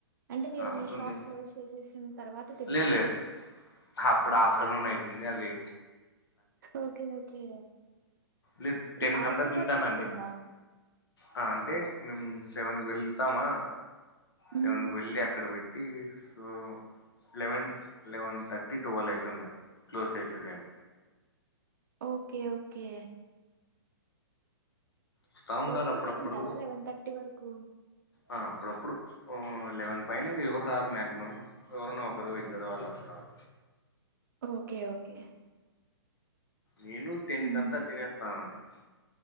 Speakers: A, on the right; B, on the left.
A: అంటే మీరు
B: ఆ, అవుతుంది
A: మీ షాప్ క్లోజ్ జేసేసిన్తర్వాత తింటారా
B: లేదు లేదు అప్పుడు ఆఫ్టర్నూన్ అయితుంది అది
A: ఓకే ఓకే
B: లేద్ టెన్
A: ఈ
B: కంత
A: ఆఫ్టర్‌నూన్
B: తింటానండి
A: వరకు ఉంటుందా?
B: ఆ అంటే మేము సెవెన్ కి వెల్తామా
A: హ్మ్.
B: సెవెన్ కి వెళ్ళి అక్కడ పెట్ టీ so eleven eleven thirty, twelve అయితుందిలె క్లోజ్ చేసేదెం
A: ఓకే ఓకే
B: వస్తా ఉంటారు
A: వస్తూనే
B: అప్పుడప్పుడు
A: ఉంటారా లెవెన్ థర్టీ వరకు
B: ఆ అప్పుడప్పుడు ఆ లెవెన్ పైన ఇంగ ఎవరు రారు మాక్సిమం ఎవరన్న ఒకరు ఇద్దరు అలా వస్తారు
A: ఓకే ఓకే
B: నేను టెన్
A: హ్మ్.
B: కంతా తినేస్తానండి